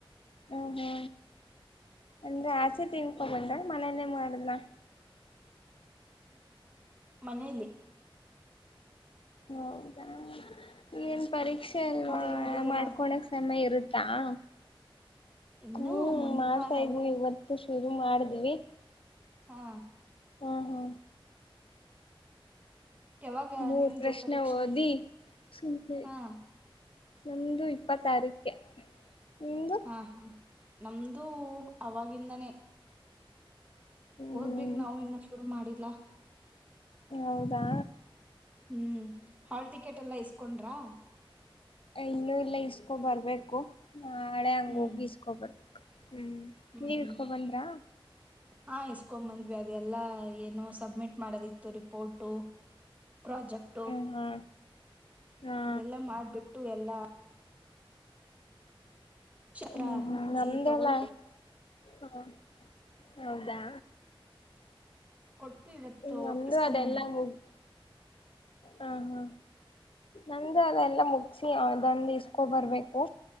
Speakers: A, on the left (about 70°); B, on the right (about 15°).
A: ಹ ಹ್ಮ ಅಂದ್ರೆ ಆಚೆ ತಿನ್ನಕೊಂಡ ಬಂದ್ರ. ಮನೇಲಿ ಮಾಡಿದೆ
B: ಮನೇಲಿ.
A: ಹೌದಾ. ಏನ್ ಪರೀಕ್ಷೆ ಅಲ್ವಾ
B: ಮತ್ತೇನು ಓದದೆಲ್ಲ
A: ಮಾಡ್ಕೊಳಕ್ ಸಮಯ ಇರುತ್ತೆ ಹಾ
B: ಇನ್ನು
A: ಹ್ಮ್
B: ಮುಂದಿನ
A: ಮಾಡ್ತಾ
B: ವಾರ ಅಲ್ಲ
A: ಇದ್ವಿ ಇವತ್ತು ಶುರು ಮಾಡಿದ್ವಿ.
B: ಹಾ.
A: ಹ್ಮ ಹಾ.
B: ಯಾವಾಗ
A: ಮೂರ್
B: ನಿಮ್ದು
A: ಪ್ರಶ್ನೆ
B: ಪರೀಕ್ಷೆ
A: ಓದಿ ಸುಮ್ನೆ
B: ಹಾ.
A: ನಮ್ದು ಇಪ್ಪತ್ತಾರಕ್ಕೆ. ನಿಮ್ದು
B: ಹಾ ಹಾ ನಮ್ದು. ಅವಾಗಿಂದನೇ.
A: ಹ್ಮ್
B: ಓದ್ಬೇಕ ನಾವು ಇನ್ನುೂ ಶುರು ಮಾಡಿಲ್ಲಾ.
A: ಹೌದಾ
B: ಹ್ಮ್ ಹಾಲ್ ಟಿಕೆಟ್ ಎಲ್ಲ ಇಸ್ಕೊಂಡ್ರಾ.
A: ಇನ್ನು ಇಲ್ಲ ಇಸ್ಕೊಂಡು ಬರ್ಬೇಕು. ನ ನಾಳೆ ಹಂಗ
B: ಹ್ಮ್
A: ಹೋಗಿ ಈಸ್ಕೊಂಡು ಬರ್ತೇನಿ. ಹ್ಮ್
B: ಹ್ಮ್
A: ನೀವು
B: ಹ್ಮ್
A: ಇಸ್ಕೊಂಡು ಬಂದ್ರಾ.
B: ಹಾ ಇಸ್ಕೊಂಡ್ ಬಂದ್ವಿ ಅದೆಲ್ಲಾ ಏನು ಸಬ್ಮಿಟ್ ಮಾಡೋದಿತ್ತು ರಿಪೋರ್ಟು. ಪ್ರಾಜೆಕ್ಟ್
A: ಹ್ಮ್ ಹಾ ಹಾ
B: ಅದೆಲ್ಲಾ ಮಾಡ್ಬಿಟ್ಟು ಎಲ್ಲಾ. ಚಿತ್ರ
A: ಹ್ಮ್ ಹ್ಮ್ ನಮ್ದಲ್ಲ
B: ಸಿಹಿ ತಗೊಂಡು
A: ಹ ಹೌದಾ
B: ಕೊಟ್ಟು ಇವತ್ತು
A: ಹ್ಮ ನಮ್ದು
B: ಇಸ್ಕೊಂಬಂದ್ವಿ.
A: ಅದೆಲ್ಲಾ ಮುಗಿದಿದೆ ಹಾ ಹ ನಂದ್ದ ಅದೆಲ್ಲ ಮುಗಸಿ ಅದಂದು ಇಸ್ಕೊ ಬರ್ಬೇಕು